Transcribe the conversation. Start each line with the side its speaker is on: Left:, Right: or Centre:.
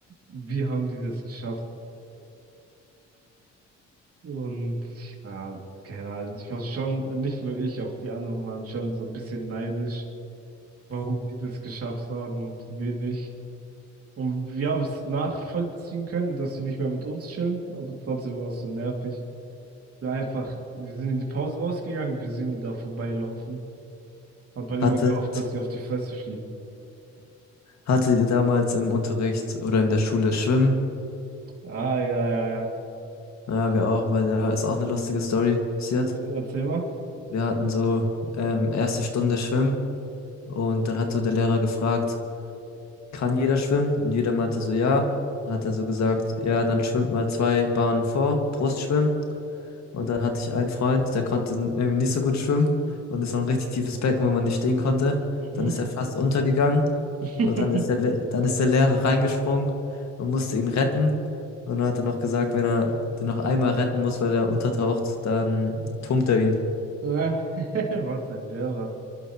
Right: wie haben die das geschafft? Und ja, keine Ahnung, ich war schon, nicht nur ich, auch die anderen waren schon so ein bisschen neidisch, warum die das geschafft haben und wir nicht. Und wir haben es nachvollziehen können, dass sie nicht mehr mit uns chillen, aber trotzdem war es so nervig. Wir einfach, wir sind in die Pause rausgegangen, wir sehen die da vorbeilaufen. Hat man
Left: Hatte,
Right: immer gehofft, dass sie auf die Fresse fliegen.
Left: hatte ihr damals im Unterricht oder in der Schule Schwimmen?
Right: Ah, ja, ja, ja.
Left: Ja, wir auch, weil da ist auch eine lustige Story passiert.
Right: Erzähl, erzähl mal.
Left: Wir hatten so ähm, erste Stunde Schwimmen und dann hat so der Lehrer gefragt, kann jeder schwimmen? Und jeder meinte so, ja. Dann hat er so gesagt, ja, dann schwimmt mal zwei Bahnen vor, Brustschwimmen. Und dann hatte ich einen Freund, der konnte irgendwie nicht so gut schwimmen. Und es war ein richtig tiefes Becken, wo man nicht stehen konnte.
Right: Mhm.
Left: Dann ist er fast untergegangen.
Right: <laughs>
Left: Und dann ist der, Le- dann ist der Lehrer reingesprungen und musste ihn retten. Und dann hat er noch gesagt, wenn er den noch einmal retten muss, weil er untertaucht, dann tunkt er ihn.
Right: Ja, <laughs> Was denn der war?